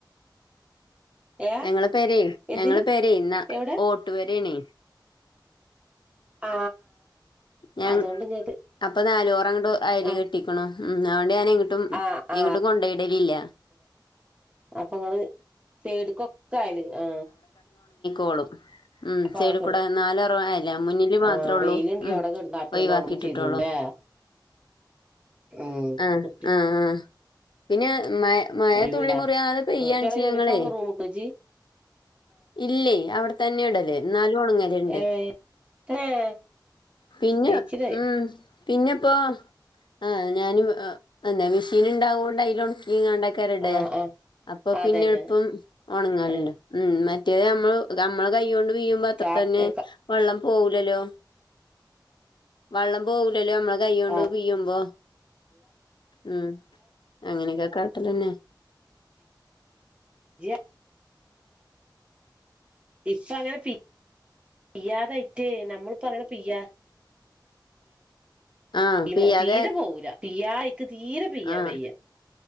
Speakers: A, on the right; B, on the left.
A: ഏ
B: ഞങ്ങള പേര
A: എന്തില്
B: ഞങ്ങള് പേര ഇന്നാ
A: എവിടെ
B: വരണേ
A: ആ
B: ഞാൻ
A: അതുകൊണ്ട് ഇങ്ങട്ട്
B: അപ്പൊ നാലൂറ അങ്ങോട്ട് അയല്
A: ആ
B: കെട്ടിക്കണ ഞൻങ്ങട്ടും
A: ആ ആ
B: എങ്ങോട്ടും കൊണ്ടയിടലല്ല
A: അപ്പൊ നിങ്ങള് ചേടിക്കൊക്കെ ആയല് ആ
B: ോളൂ ഉ
A: അപ്പൊ
B: ച്ടിക്കൂടാ
A: അവിടെക്കിടും
B: നാലറ ആല്ല മുന്നിൽ മാത്രമേ
A: ആ
B: ഉള്ളൂ
A: വെയിലുണ്ടെങ്കി
B: ഉ
A: അവിടെ കിടന്ന് കാറ്റോണ്ട്
B: ഒയിവാക്കിട്ടിട്ടോളോ
A: ഉണങ്ങും ചെയ്തോളും ല്ലേ ഉം
B: ആ
A: കുട്ടി
B: ആആ പിന്നെ മ മഴ
A: ഒഴിവില്ലേ
B: തുള്ളി മുറിയതെ പെയ്യാണിച്ച
A: കുട്ടികളെ യൂണിഫോം
B: ഞങ്ങളെ
A: റൂമ്ക്ക് വെച്ച്
B: ഇല്ലേ അവിടെത്തന്നെ ഉടല്ലേ ന ണങ്ങല ഉണ്ട്
A: ഏ തന്നെ
B: പിന്നെ
A: കഴിച്ചിലായി
B: ഉ പിന്നെപ്പോൊ ആ് ഞാൻ എന്താ മെഷീൻ ഉണ്ടാാവോണ്ടായാലോ ീ കണ്ടക്കാർടയ
A: ആ ആ
B: അപ്പൊ
A: അതന്നെ
B: പിന്നെ എളപ്പം ഉണങ്ങലുണ്ട്ോ
A: ആ
B: ഉ മറ്റേത് നമ്മൾ നമ്മൾ കൈക കൊണ്ട് വീ്യുമ്പോ അത്ര
A: കാ
B: തന്നെ
A: ക
B: വെള്ളം പോകലല്ലോ വള്ളം പോക ല്ലോ നമ്മള് കൈ്യോണ്ട്
A: ആ
B: പിയുമ്പോ ഉം അങ്ങനെയൊക്കെ കാട്ടലന്നെ
A: ഇപ്പ ഇപ്പ അങ്ങനെ പ്യാതായിട്ടേ നമ്മളിപ്പ അങ്ങനെ പ്യാ <inaudible>
B: ആ
A: തീ
B: പിയ്യാതെ
A: തീരെ പോവല പ്യ എക്ക് തീരെ പ്യാൻ
B: ആ
A: വയ്യ